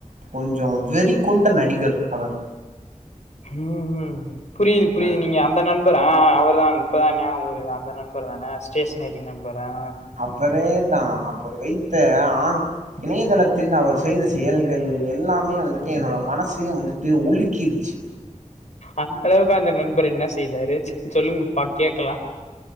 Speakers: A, on the right (about 75°); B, on the left (about 65°).
A: கொஞ்சோ வெறி கொண்ட நடிகர் அவர்
B: ம் புரிது புரிது
A: ஆ
B: நீங்க அந்த நண்பரா ஆ அவருதான் இப்பதான் நியாபவருது அந்த நண் பர்தான ஸ்டேஷ்னரி நண்பரா
A: அவரேதா அப்றோ வைத்த ஆ இணையதளத்தில் அவர் செய்த செயல்கள் எல்லாமே வந்துட்டு என்னோட மனசியே வந்துட்டு வுலுக்கிருச்சி
B: அந்தளவுக்கு அந்த நண்பர் என்ன செய்தாரு சொல்லுங்கப்பா கேக்கலா